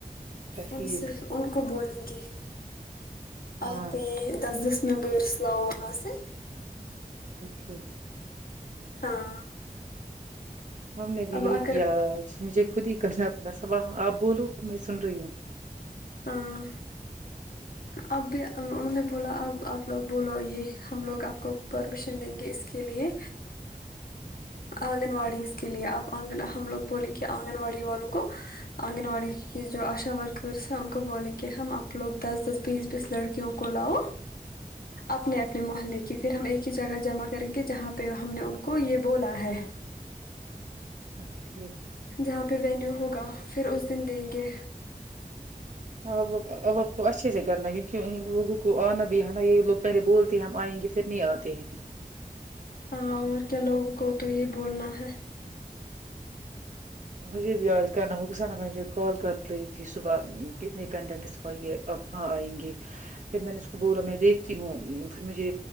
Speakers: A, on the right; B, on the left.
A: اچھا
B: ان
A: ٹھیک
B: سے ان کو بولیں گے
A: ہاں
B: آ پہ دس دس میںمبرس لاؤ ہاں سے
A: ٹھیک
B: ہاں
A: ہم نے بھی
B: اب
A: یہی
B: اگر
A: کیا مجھے خودی کنا بڑا سابا آپ بولو میں سن رہی ہوں
B: ہاں اب انہوں نے بولا اب آپ لوگ بولو یہ ہم لوگ آپ کو پرمیشن دیں گے اس کے لیے آنگن واڑیز کے لیے آپ آگن ہم لوگ بولیں کہ آنگن واڑی والوں کو آنگن واڑی کی جو آشا ورکرس ہیں ان کو بولیں گ ہم آپ لوگ دس دس پز بیس لڑکیوں کوول آو اپنے اپنے محلے کی پھر ہم ایک ہی جگہ جمع کریں گے جہاں پہ ہم نے ان کو یہ بولا ہے
A: اچھا ٹھیک
B: جہاں پہ وینیو ہوگا پھر اس دن دیں گے
A: ہ اوف کو اچھے سے کرنا ہے کیونکہ ان لوگوں کو آنا بھی آنا یہ لوگ پہلے بولتے ہم آئیں گے پھر نہیں آتے ہیں
B: ہاں اور کیا لوگوں کو تو یہ بولنا ہے
A: مجھے بھی آج کرنا وہک سا نا مجھے کال کر رہی تھی صبح کتنے کنٹینٹ اس پائیے اب وہاں آئیں گے پھر میں نے اس کو بولا میں دیکھتی ہوں پھر مجھے